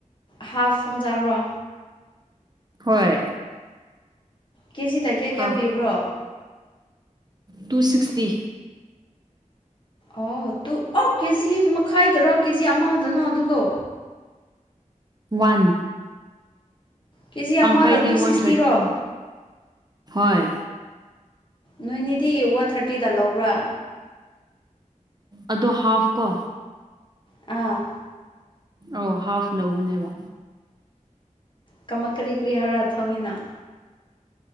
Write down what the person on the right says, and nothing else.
ꯍꯣꯏ
ꯍꯥꯎ
ꯇꯨ ꯁꯤꯛꯁꯇꯤ
ꯋꯥꯟ
ꯇꯪꯈꯥꯏꯗꯤ
ꯋꯥꯟ
ꯊꯥꯔꯇꯤꯅꯤ ꯍꯣꯏ
ꯑꯗꯣ ꯍꯥꯐ ꯀꯣ
ꯑꯣ ꯍꯥꯐ ꯂꯧꯕꯅꯦꯕ